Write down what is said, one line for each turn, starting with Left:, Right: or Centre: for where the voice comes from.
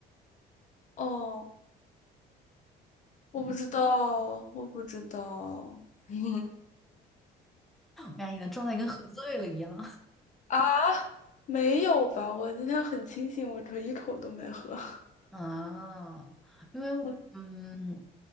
Left: 哦，我不知道，
Centre: <laughs>
Left: 我不知道。<laughs>
Centre: 哎你的状态跟喝醉了一样。
Left: 啊，没有吧？我今天很清醒，我这一口都没喝。<laughs>
Centre: 啊，因为嗯嗯，
Left: 我。